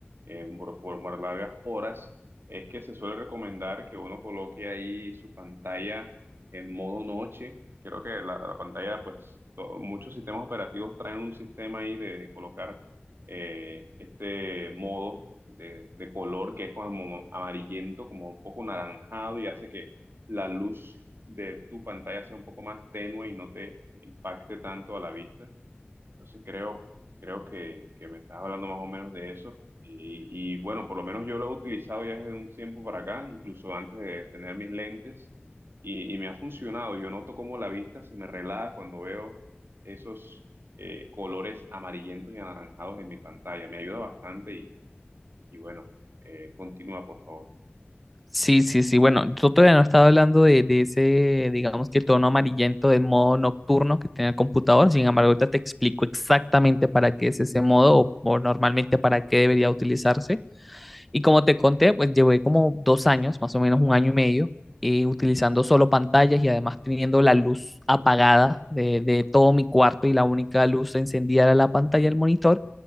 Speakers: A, on the right (about 65°); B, in the centre.
A: eh, por, por más largas horas, es que se suele recomendar que uno coloque ahí su pantalla en modo noche. Creo que la, la pantalla, pues, to- muchos sistemas operativos traen un sistema ahí de colocar eh, este modo de, de color que es como amarillento, como un poco naranjado y hace que la luz de tu pantalla sea un poco más tenue y no te impacte tanto a la vista. Entonces creo, creo que, que me estás hablando más o menos de eso. Y, y, bueno, por lo menos yo lo he utilizado ya desde un tiempo para acá, incluso antes de tener mis lentes, y, y me ha funcionado. Yo noto cómo la vista se me relaja cuando veo esos eh, colores amarillentos y anaranjados en mi pantalla. Me ayuda bastante y, y bueno, eh, continúa, por favor.
B: Sí, sí, sí. Bueno, yo todavía no estaba hablando de, de ese, digamos que tono amarillento del modo nocturno que tiene el computador. Sin embargo, ahorita te explico exactamente para qué es ese modo o, o normalmente para qué debería utilizarse. Y como te conté, pues llevé como dos años, más o menos un año y medio, eh, utilizando solo pantallas y además teniendo la luz apagada de, de todo mi cuarto y la única luz encendida era la pantalla del monitor.